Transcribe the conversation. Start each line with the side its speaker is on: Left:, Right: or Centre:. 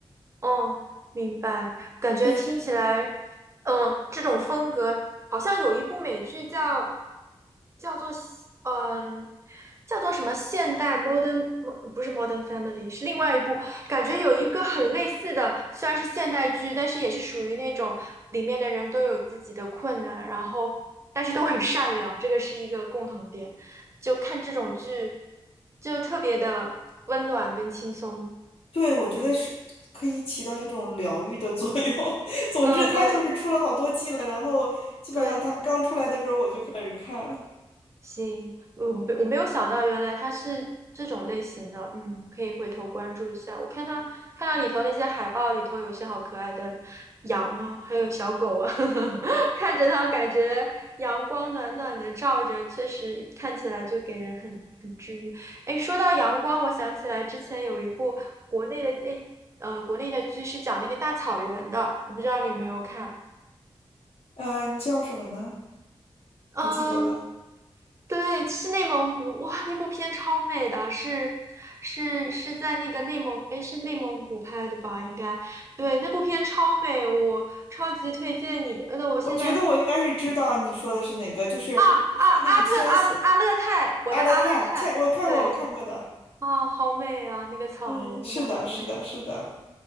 Right: 哦，明白。感觉听起来，
Left: 就是。
Right: 嗯，这种风格好像有一部美剧叫叫做嗯叫做什么现代 modern 不是 Modern Family，是另外一部。感觉有一个很类似的，虽然是现代剧，但是也是属于那种里面的人都有自己的困难，然后但是都很善良，这个是一个共同点。就看这种剧，就特别的温暖跟轻松。
Left: 对，我觉得是可以起到一种疗愈的作用。<laughs> 总之，
Right: 嗯嗯，
Left: 它就是出了好多季了，然后基本上它刚出来的时候我就开始看，
Right: 对。行，我没我没有想到，原来它是这种类型的，嗯，可以回头关注一下。我看它看到里头那些海报里头有一些好可爱的羊啊，还有小狗啊，<laughs> 看着它感觉阳光暖暖的照着，确实看起来就给人很很治愈。哎，说到阳光，我想起来之前有一部国内的那呃国内的剧是讲那个大草原的，我不知道你有没有看。
Left: 嗯，叫什么呢？
Right: 嗯，
Left: 不记得了。
Right: 对，是内蒙古，哇，那部片超美的，是是是在那个内蒙，哎，是内蒙古拍的吧？应该，对，那部片超美，我超级推荐你。呃那我现在
Left: 我觉得我应该是知道你说的是哪个，就是说那个千玺、
Right: 啊啊，阿特阿阿勒泰，我的阿勒泰，
Left: 阿勒泰、千，我看过，
Right: 对，
Left: 我看过的。
Right: 啊，好美啊，那个草原，
Left: 嗯，是的，
Right: 那个好美，
Left: 是的，是的。